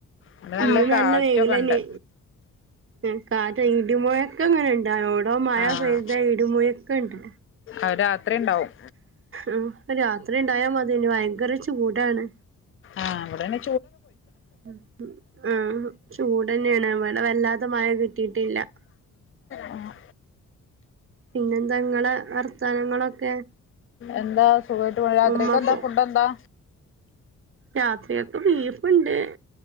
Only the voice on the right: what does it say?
ഇന്ന്
നല്ല വെയിലെഞ്ഞേനി
ഉം കാറ്റ ഇടിമാെഴക്കങ്ങെനെണ്ട് ഒവ്ടോ മയ
പെയ്ത ഇടിമുഴക്കണ്ട്
ഉം പ്പൊ രാത്രി ണ്ടായാ മത്യേനി ഭയെങ്കെര ചൂടാണ്
ഉം ഉം ആഹ് ചൂടെന്നേണ് ഇവടെ വല്ലാതെ മയ കിട്ടീട്ടില്ലാ
പിന്നെന്താങ്ങളെ വർത്താനങ്ങളൊക്കെ
ഉമ്മക്കും
രാത്രിയേക്ക് ബീഫ്ണ്ട്